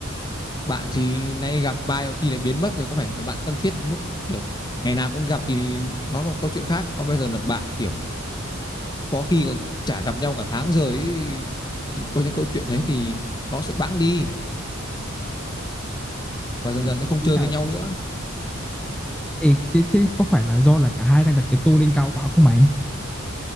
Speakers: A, on the left; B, in the centre.
A: bạn thì nay gặp vài khi là biến mất rồi có phải là bạn thân thiết đến mức kiểu ngày nào cũng gặp thì nó là câu chuyện khác còn bây giờ là bạn kiểu có khi còn chả gặp nhau cả tháng rồi ấy, thì có những câu chuyện đấy thì nó sẽ bẵng đi và dần
B: thì
A: dần sẽ không
B: ý
A: chơi
B: là
A: với nhau nữa
B: ê, cái thế có phải là do là cả hai đang đặt cái tô lên cao quá không mày